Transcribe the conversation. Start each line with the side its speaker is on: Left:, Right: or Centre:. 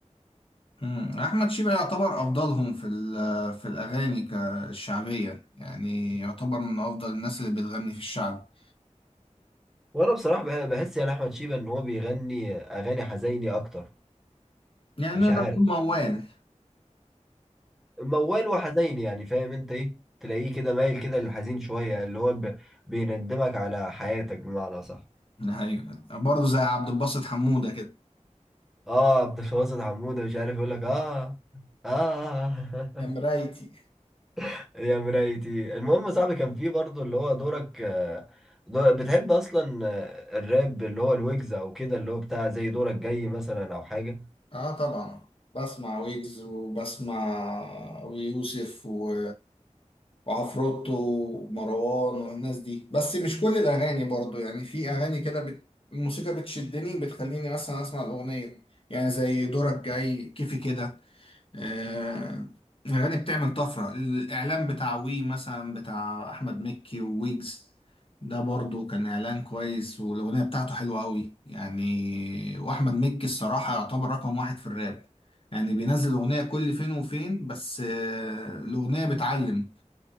Left: مم. احمد شيبة يعتبر افضلهم في ال- في الاغاني ك- الشعبيه يعني يعتبر من افضل الناس اللي بتغني في الشعب
Centre: وانا بصراحه بح- بحس يعني احمد شيبه ان هو بيغني اغاني حزيني اكتر
Left: يعني
Centre: مش
Left: نقدر
Centre: عارف
Left: نقول موال
Centre: موال وحزين يعني فاهم انت ايه تلاقيه كده مايل كده للحزين شوية اللي هو ب... بيندمك على حياتك بمعنى صح
Left: ايوه برضه زي عبد الباسط حموده كده
Centre: اه عبد الباسط حمودة مش عارف يقول لك اه اه
Left: يا مرايتي
Centre: <laughs> يا مرايتي المهم يا صاحبي كان في برضه اللي هو دورك آه، دور... بتحب اصلا آه، الراب اللي هو الويجز او كده اللي هو بتاع زي دورك جاي مثلا او حاجة
Left: اه طبعا بسمع ويجز وبسمع ويوسف و... وعفروتو ومروان والناس دي بس مش كل الاغاني برضو يعني في اغاني كده بت... الموسيقى بتشدني بتخليني مثلا اسمع الاغنيه يعني زي دورك جاي كيفي كده آه، الأغاني بتعمل طفرة الإعلان بتاع وي مثلا بتاع أحمد مكي وويجز ده برضو كان إعلان كويس والأغنية بتاعته حلوة أوي يعني وأحمد مكي الصراحة يعتبر رقم واحد في الراب يعني بينزل أغنية كل فين وفين بس آه، الأغنية بتعلم